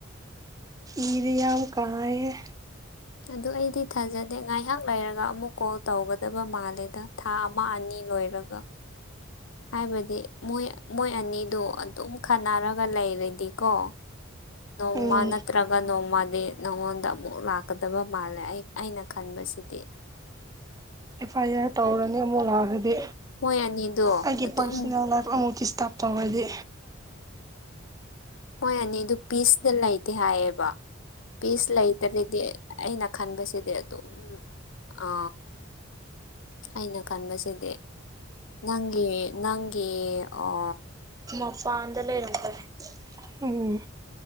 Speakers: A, on the right; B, on the left.
A: ꯏꯔꯤꯌꯥꯌꯥꯝ ꯀꯌꯦꯦ
B: ꯑꯗꯨ ꯑꯩꯗꯤ ꯊꯥꯖꯗꯦ ꯉꯥꯏꯍꯥꯛ ꯂꯩꯔꯒ ꯑꯃꯨꯛ ꯀꯣꯜ ꯇꯧꯒꯗꯕ ꯃꯥꯜꯂꯦꯗ ꯊꯥ ꯑꯃ ꯑꯅꯤ ꯂꯣꯏꯔꯒ ꯍꯥꯏꯕꯗꯤ ꯃꯣꯏ ꯃꯣꯏ ꯑꯅꯤꯗꯣ ꯑꯗꯨꯝ ꯈꯟꯅꯔꯒ ꯂꯩꯔꯗꯤꯀꯣ ꯅꯣꯡꯃ
A: ꯎꯝ
B: ꯅꯠꯇ꯭ꯔꯒ ꯅꯣꯡꯃꯗꯤ ꯅꯉꯣꯟꯗ ꯑꯃꯨꯛ ꯂꯥꯛꯀꯗꯕ ꯃꯥꯜꯂꯦ ꯑꯩ ꯑꯩꯅ ꯈꯟꯕ ꯃꯁꯤꯁꯤꯗꯤ
A: ꯑꯦꯐ ꯑꯥꯏ ꯑꯥꯔ ꯇꯧꯔꯅꯤ ꯑꯃꯨꯛ ꯂꯥꯛꯑꯒꯗꯤ
B: ꯃꯣꯏ ꯑꯅꯤꯗꯣ
A: ꯑꯩꯒꯤ
B: ꯑꯗꯨꯝ
A: ꯄꯥꯔꯁꯣꯅꯦꯜ ꯂꯥꯏꯐ ꯑꯃꯨꯛ ꯗꯤꯁꯇꯥꯔꯕ ꯇꯧꯔꯗꯤ
B: ꯃꯣꯏ ꯑꯅꯤ ꯑꯗꯨ ꯄꯤꯁꯇ ꯂꯩꯇꯦ ꯍꯥꯏꯌꯦꯕ ꯄꯤꯁ ꯂꯩꯇꯔꯤꯗꯤ ꯑꯩꯅ ꯈꯟꯕꯁꯤꯗꯤ ꯑꯗꯨ ꯎꯝ ꯑ ꯑꯩꯅ ꯈꯟꯕꯁꯤꯗꯤ ꯅꯪꯒꯤ ꯅꯪꯒꯤ ꯑꯣ
A: ꯎꯄꯥꯗ ꯂꯩꯔꯃꯦꯔꯦ ꯎꯝ